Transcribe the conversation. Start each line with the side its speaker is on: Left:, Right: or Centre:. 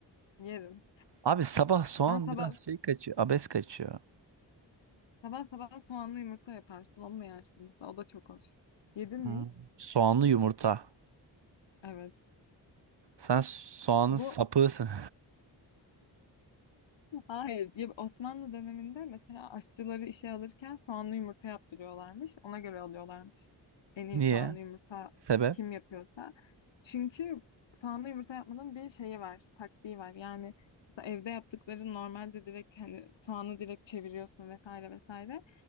Left: yerim.
Right: Abi sabah soğan
Left: Ben sabah
Right: biraz şey kaçıyor abes kaçıyor.
Left: sabah sabah soğanlı yumurta yaparsın. Onunla yersin mesela. O da çok hoş. Yedin mi
Right: Hmm.
Left: hiç?
Right: Soğanlı yumurta.
Left: Evet.
Right: Sen soğanın
Left: Bu
Right: sapığısın.
Left: Hayır. ya Osmanlı döneminde mesela aşçıları işe alırken soğanlı yumurta yaptırıyorlarmış. Ona göre alıyorlarmış. En iyi
Right: <laughs> Niye?
Left: soğanlı yumurta
Right: Sebep?
Left: kim yapıyorsa. Çünkü soğanlı yumurta yapmanın bir şeyi var, taktiği var. Yani mesela evde yaptıkları normalde direkt hani soğanı direkt çeviriyorsun vesaire vesaire.